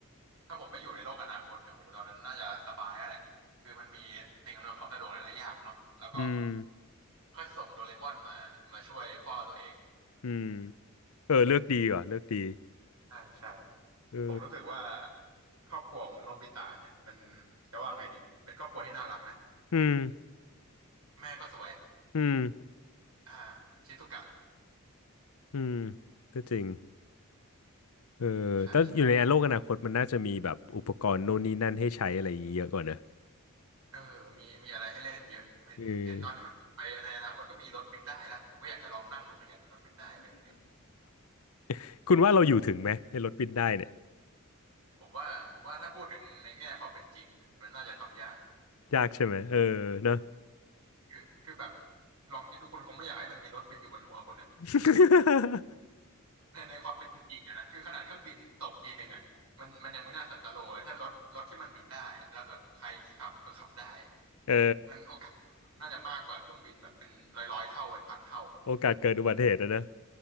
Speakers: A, on the right; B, on the left.
A: ถ้าผมไปอยู่ในโลกอนาคตเนี่ยโหตอนนั้นน่าจะสบายแล้วแหละคือมันมีสิ่งอำนวยความสะดวกหลายๆอย่างเนาะแล้วก็
B: อืม
A: ค่อยส่งโดเรมอนมามาช่วยพ่อตัวเอง
B: อืมเออเลือกดีว่ะเลือกดี
A: <laughs> ใช่ใช่
B: เออ
A: ผมรู้สึกว่าครอบครัวของโนบิตะเนี่ยมันจะว่าไงดีเป็นครอบครัวที่น่ารักนะ
B: อืม
A: แม่ก็สวย
B: อืม
A: อ่าชิซุกะ
B: อืมก็จริงเออแต่อยู่ในโลกอนาคตมันน่าจะมีแบบอุปกรณ์โน่นนี่นั่นให้ใช้อะไรอย่างงี้เยอะกว่าเนอะ
A: ใช่ใช่เออมีมีอะไรให้เล่นเยอะเห็นเห็นตอนนี้มันไปในอนาคตก็มีรถบินได้แล้วผมก็อยากจะลองนั่งดูเหมือนกันรถบินได้เป็นยังไง
B: เออ <laughs> คุณว่าเราอยู่ถึงไหมไอ้รถบินได้เนี่ย
A: ผมว่าผมว่าถ้าพูดถึงในแง่ความเป็นจริงเนี่ยมันน่าจะทำยาก
B: ยากใช่ไหมเออเนอะ
A: คือคือแบบลองคิดดูคุณคงไม่อยากให้มันมีรถบินอยู่บนหัวคุณนะ
B: <laughs>
A: ในในความเป็นจริงอะนะคือขนาดเครื่องบินตกทีหนึ่งอะมันมันยังไม่น่าสันตโลเลยถ้ารถรถที่มันบินได้อะแล้วแบบใครที่ขับก็ขับได้อะ
B: เออ
A: มันโอกาสน่าจะมากกว่าเครื่องบินแบบเป็นร้อยร้อยเท่าเป็นพันเท่าอะ
B: โอกาสเกิดอุบัติเหตุอะนะ